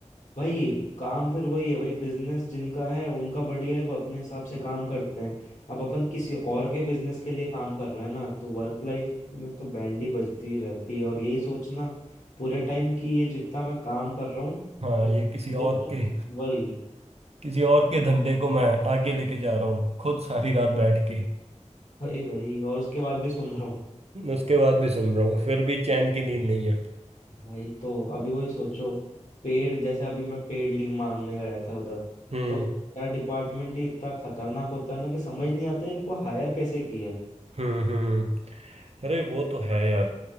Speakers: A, on the left; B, on the right.
A: भाई काम फिर वही है भाई बिजनेस जिनका है उनका बढ़िया है वो अपने हिसाब से काम करते हैं अब अपन किसी और के बिजनेस के लिए काम कर रहे हैं ना तो वर्क लाइफ में तो बैंड ही बजती रहती है और यही सोचना पूरे टाइम कि ये जितना मैं काम कर रहा हूँ
B: हाँ
A: उ-
B: ये किसी
A: मुझे
B: और
A: तो
B: के
A: वही
B: किसी और के धंधे को मैं आगे लेके जा रहा हूँ खुद सारी रात बैठ के
A: भाई भाई और उसके बाद भी सुन रहा हूँ
B: उसके बाद भी सुन रहा हूँ फिर भी चैन की नींद नहीं है
A: भाई तो अभी वही सोचो पेड जैसे अभी मैं पेड लीव मांगने गया था उधर
B: हम्म
A: तो यार डिपार्टमेंट ही इतना खतरनाक होता है ना कि समझ नहीं आता है इनको हायर कैसे किया है
B: हम्म हम्म अरे वो तो है यार